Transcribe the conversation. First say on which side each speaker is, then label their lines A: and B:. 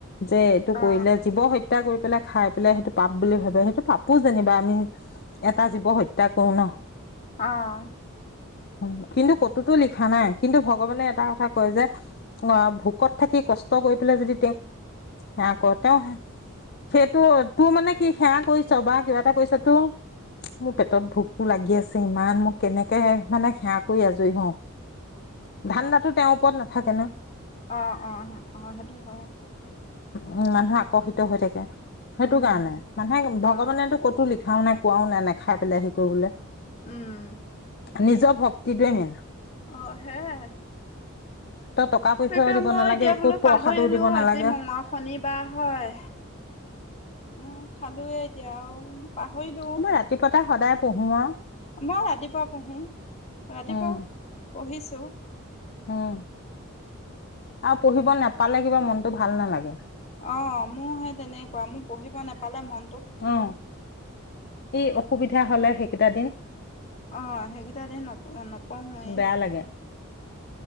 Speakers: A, on the left; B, on the left.
A: যে এইটো
B: অ
A: কৰিলে জীৱ হত্য হত্যা কৰি পেলাই খাই পেলাই সেইটো পাপ বুলি ভাবে, সেইটো পাপো যেনিবা আমি এটা জীৱ হত্যা কৰো ন?
B: অ'।
A: হয়। কিন্তু ক'তোতো লিখা নাই। কিন্তু ভগৱানে এটা কথা কয় যে, ভোকত থাকি কষ্ট কৰি পেলাই যদি তেওঁক সেৱা কৰে, তেওঁ সেইটো তোৰ মানে কি সেৱা কৰিছ বা কিবা এটা কৰিছ তোৰ মোৰ পেটত ভোকতটো লাগি আছে ইমান মোক কেনেক কে মানে সেৱা কৰি আজৰি হওঁ। ধান্দাটো তেওঁৰ ওপৰত নাথাকে ন?
B: অ', অ', অ', হেইটো হয়।
A: উ-উম, মানুহ আকৰ্ষিত হৈ থাকে। সেইটো
B: উম
A: কাৰণে মানে
B: অ
A: ভগৱানেটো ক'তো লিখ খাও নাই কোৱাও নাই, নেখাই পেলাই হে কৰিবলৈ।
B: উম।
A: নিজৰ ভক্তিটোৱে মেইন।
B: অ', সেয়াই।
A: তই টকা পইচাও
B: সেইকাৰে
A: দিব
B: মই
A: নালাগে
B: এতিয়া
A: একো
B: বোলো পাহৰিলো,
A: প্ৰসাদো দিব নালাগে
B: আজি মঙল শনিবাৰ হয়। উম, খালোয়ে এতিয়া আৰু। পাহৰিলোও।
A: মই ৰাতিপুৱাতে সদায় পঢ়ো আৰু
B: মই ৰাতিপুৱা পঢ়ো। ৰাতিপুৱা
A: উম
B: পঢ়িছো।
A: উম আৰু পঢ়িব নাপালে, কিবা মনটো ভাল নালাগে।
B: অ', মোৰ সে তেনেকুৱা মোৰ পঢ়িব নেপালে মন
A: অ', এই অসুবিধা বিধা হ'লে সেইকেইটা দিন
B: অ', সেইকেইটা দিন নপ-নপঢ়োৱে।
A: বেয়া লাগে